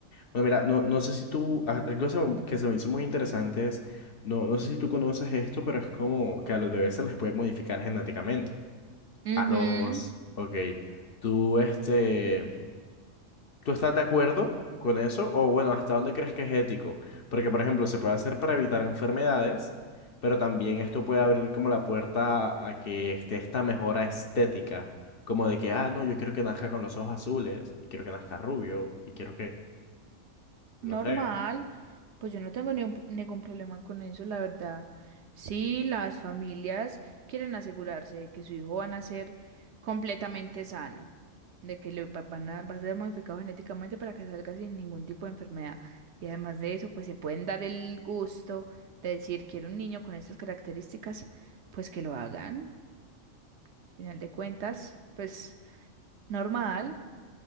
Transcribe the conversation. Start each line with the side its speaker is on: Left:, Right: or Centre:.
Left: Bueno, mira, no, no sé si tú, ah, algo se que se me hizo muy interesante es, no, no sé si tú conoces esto, pero es como que a los bebés se les puede modificar genéticamente.
Right: Ujú.
Left: A los, ok, tú, este, ¿Tú estás de acuerdo con eso? O bueno, ¿hasta dónde crees que es ético? Porque, por ejemplo, se puede hacer para evitar enfermedades, pero también esto puede abrir como la puerta a, a que esté esta mejora estética, como de que, ah, no, yo quiero que nazca con los ojos azules, y quiero que nazca rubio, y quiero que, no
Right: Normal,
Left: sé.
Right: pues yo no tengo ni un- ningún problema con eso, la verdad. Si las familias quieren asegurarse de que su hijo va a nacer completamente sano, de que le va- van a, va a ser modificado genéticamente para que salga sin ningún tipo de enfermedad. Y además de eso, pues se pueden dar el gusto de decir, quiero un niño con estas características, pues que lo hagan. Al final de cuentas, pues normal.